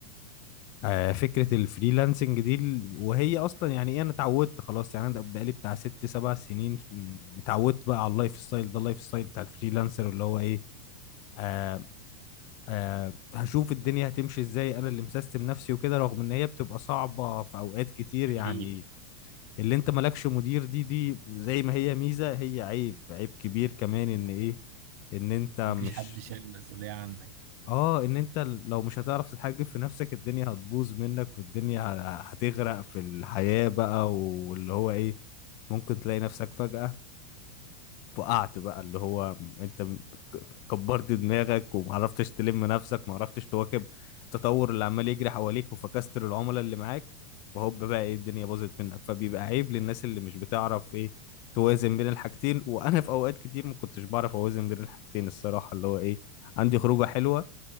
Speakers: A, on the left; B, on the right.
A: آه، فكرة الفريلانسنج دي ال- وهي أصلا يعني إيه أنا اتعودت خلاص يعني أنا بقالي بتاع ست سبع سنين م- اتعودت بقى على اللايف ستايل ده اللايف ستايل بتاع الفريلانسر اللي هو إيه آه آه هشوف الدنيا هتمشي إزاي أنا اللي مسيستم نفسي وكده رغم إن هي بتبقى صعبة في أوقات كتير
B: اكيد
A: يعني اللي أنت مالكش مدير دي دي زي ما هي ميزة هي عيب عيب كبير كمان إن إيه إن أنت
B: مفيش
A: مش
B: حد شايل المسؤولية عنك
A: اه ان انت لو مش هتعرف تتحجب في نفسك الدنيا هتبوظ منك والدنيا ه- هتغرق في الحياة بقى واللي هو ايه ممكن تلاقي نفسك فجأة وقعت بقى اللي هو انت م- كبرت دماغك ومعرفتش تلم نفسك معرفتش تواكب التطور اللي عمال يجري حواليك وفكست للعملاء اللي معاك فهوب بقى ايه الدنيا باظت منك فبيبقى عيب للناس اللي مش بتعرف ايه توازن بين الحاجتين وانا في اوقات كتير ما كنتش بعرف اوازن بين الحاجتين الصراحة اللي هو ايه عندي خروجة حلوة